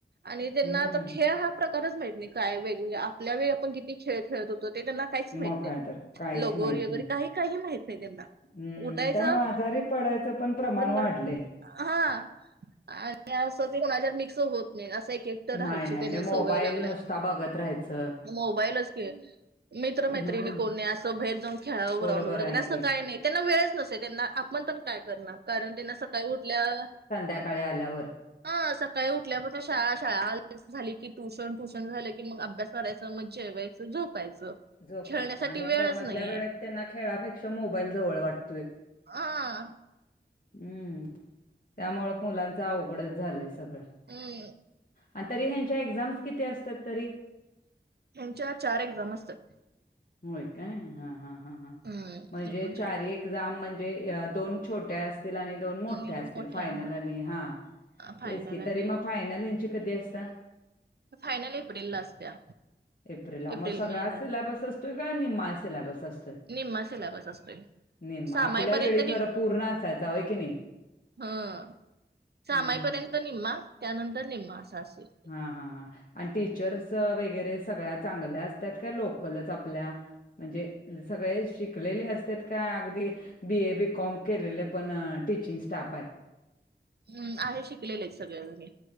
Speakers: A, on the right; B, on the left.
A: आणि त्यांना
B: हम्म
A: आता खेळ हा प्रकारच माहित नाही काय वेगवेग आपल्या वेळ आपण किती खेळ खेळत होतो ते त्यांना काहीच माहित
B: मग
A: नाही
B: काय तर काहीच
A: लगोरी
B: माहित
A: वगैरे
B: नाही
A: काही काही माहित नाही त्यांना
B: हम्म
A: उठायचं
B: त्यामुळे आजारी पडायचं पण प्रमाण
A: आपण
B: वाढलंय
A: बर हा आणि असं ते कोणाच्या मिक्स होत नाही असं एक एकटं राहायची
B: नाही नाही
A: त्यांना
B: आणि मोबाईल
A: सवय लागल्या
B: नुसता बघत राहायचं
A: मोबाईलच क मित्रं
B: हम्म
A: मैत्रिणीं कोणी असं भेट जाऊंन खेळावं
B: बरोबर
A: ग्राउंड वगैरें
B: आहे
A: असं
B: की
A: कांहीं नाहीं त्यांनां वेळचं नसे त्यांनां आपणं पणं कायं करणारं कारणं त्यांनां सकाळीं उठल्यां
B: संध्याकांळी आल्यांवर
A: हं सकाळीं उठल्यांपासून शाळां शाळां झालीं की ट्युशनं ट्युशनं झालं की मंग अभ्यांस करायंचा मं जेवायचं झोपायचं
B: झोपांयचं
A: खेळण्यासाठी
B: आणि
A: वेळच
B: मंधल्यां
A: नाहीये
B: वेळेतं त्यांनां खेळापेक्षा मोबाईल जवळं वाटतोय
A: हा
B: हम्मं त्यामुळें मुलांचं अवघडचं झालंय सगळं
A: हम्मं
B: आणि तरी ह्यांच्या एक्झांम्स किती असतांत तरी
A: हच्यां चार एक्झांम असतांत
B: होयं कायं हां हां हं हं
A: हम्म
B: म्हणजे
A: एकूण
B: चारी
A: चार
B: एक एक्झांम म्हणजे दोन छोट्यां तरी मंग दोन मोठ्या
A: आणि दोन
B: असतील
A: मोठ्या
B: फायनल आणि हां
A: फायनल
B: तेचं की
A: आणि
B: तरी मंग फायनल यांची कधीं असतां
A: फायनल एप्रिलला असत्या
B: एप्रिललां
A: एप्रिल
B: मंग सगळं
A: महिन्यात
B: सिल्याबसचं सगळां निमा सिल्याबसं असतों चं
A: निम्मा सिलेबस असतोय
B: निमा
A: सामाईपर्यंत
B: आपल्यां वेळी खरं पूर्ण असायचं होयं की नाहीं
A: हां
B: हम्मं
A: दि पर्यंत निम्मां त्यांनंतर निम्मां असां असेलं
B: हां हां हां आणि टीचर्स वगैरें सगळ्यां चांगल्यां असतांत कां लोकलचं आपल्यां म्हणजे सगळें शिकलेले असतांत कां अगदीं बी ए बी कॉम केलेले पणं टीचिंग स्टांफ आहे
A: हम्मं आहे शिकलेले आहेतं सगळेजंनी